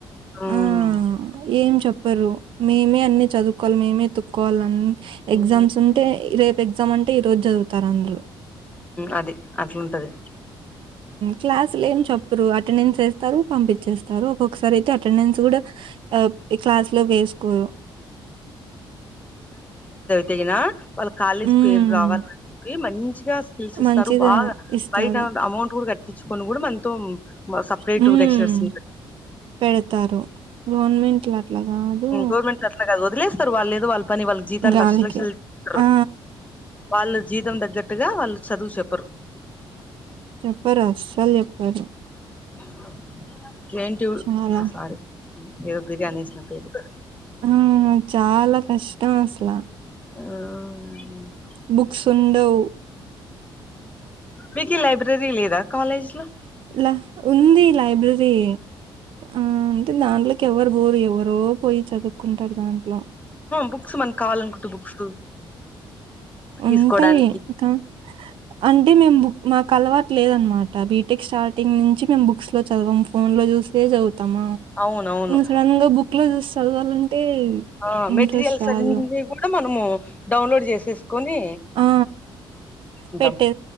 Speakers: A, on the left (about 15°); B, on the right (about 65°).
A: హ్మ్
B: ఆ ఏం చెప్పు చెరు మేమే అన్ని చదువుకోవాలి మేమే తక్కోవాలి
A: హ్మ్
B: ఎగ్జామ్స్ ఉంటే రే రేప్ ఎక్సమ్ అంటే ఈ రోజు చదువుతారు అందరు
A: అది అట్లుంటది
B: క్లాస్లు ఏం చెప్పరు అటెండెన్స్ వేస్తారు పంపించేస్తారు ఒక్కొక్కసారి అయితే అటెండెన్స్ కూడా ఈ క్లాస్ లో వేసుకోరు
A: తగిన వాళ్ళ కాలేజీ
B: హ్మ్.
A: పేరు రావాలని చెప్పి మంచిగా స్కీస్ ఇస్తారు
B: మంచిగా
A: బాగా
B: ఇస్తారు.
A: బయట అమౌంట్ కూడా కట్టించుకని కూడా మనతో సపరేట్
B: హ్మ్.
A: లెక్సులర్స్
B: పెడతారు గవర్నమెంట్లు అట్లా కాదు
A: గవర్నమెంట్ అట్లా వదిలేస్తారు వాళ్ళు లేదు వాళ్ళ పని వాళ్ళ జీతాలు
B: గాలికే.
A: లక్ష లక్షలుతారు
B: ఆ!
A: వాళ్ళ జీతం తగ్గట్టుగా వాళ్ళు చదువు చెప్పరు
B: చెప్పర్లు ఎప్పారు
A: <unintelligible>
B: చాలా.
A: ఏదో బిర్యానీ వేసిన పేరు
B: ఆ! చాలా కష్టం అసలా
A: ఆ
B: బుక్స్ ఉండవ్
A: మీకు ఈ లైబ్రరీ లేదా కాలేజ్ లో
B: ల ఉంది లైబ్రరీ ఆ అంటే దాంలో ఎవరు బోరు ఎవరో పోయి చదువుకుంటారు దాంట్లో
A: బుక్స్ మనకు కావాలనుకుంటే బుక్స్ తీసుకోవడానికి
B: ఉంటాయి ఇంకా అంటే మేము మాకు అలవాటు లేదనమాట బీటెక్ స్టార్టింగ్ నుంచి మే బుక్స్ లో చదవం ఫోన్ లో చేసే చదువుతామ
A: అవునవును
B: సడన్ గా బుక్ లో చదవాలంటే
A: ఆ
B: ఇంట్రెస్ట్
A: మెటీరియల్స్
B: రాదు
A: <unintelligible> కూడా మనము డౌన్లోడ్ చేసేసుకొని
B: ఆ
A: ఉంటాం
B: పెట్టే